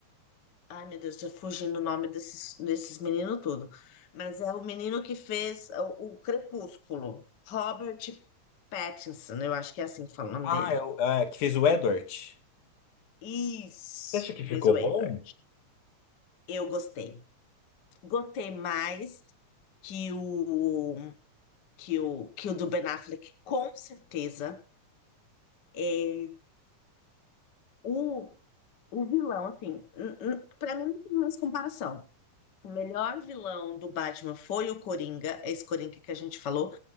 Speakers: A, on the left (about 55°); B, on the left (about 75°).
A: Ai, meu Deus, tô fugindo o nome desses, desses meninos tudo. Mas é o menino que fez o, o Crepúsculo. Robert Pattinson, eu acho que é assim que fala o nome
B: Ah,
A: dele.
B: é, o- é, que fez o Edward.
A: Isso,
B: Você acha que
A: que
B: ficou
A: fez o Edward.
B: bom?
A: Eu gostei. Gostei mais que o que o, que o do Ben Affleck, com certeza. É, o, o vilão, assim, n- n- pra mim não tem mais comparação. O melhor vilão do Batman foi o Coringa, esse Coringa que a gente falou.